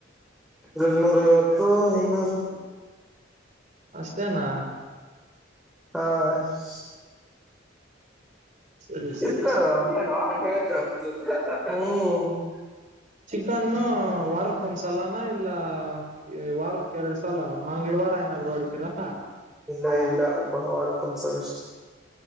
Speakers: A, in the centre; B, on the right.
A: ಎರಳ್ನೂರ ಐವತ್ತು ಇನ್ನೂರು
B: ಅಷ್ಟೇನಾ
A: ಹಾ
B: ಸರಿ ಸರಿ
A: ಇತ್ಕ
B: ಸರಿ
A: ಆಟ ಜ ಹ್ಮ್ <unintelligible>
B: ಚಿಕನ್ನು ವಾರಕ್ಕೆ ಒಂದ್ ಸಲಾನ ಇಲ್ಲ ಈ ವಾರಕ್ಕೆ ಎರಡ್ ಸಲ ಮಂಗಳವಾರ ಏನಾದ್ರು ಹೊಡಿತೀರಾ
A: ಇಲ್ಲ ಇಲ್ಲ ವಾರಕ್ಕೊಂದ್ಸಲ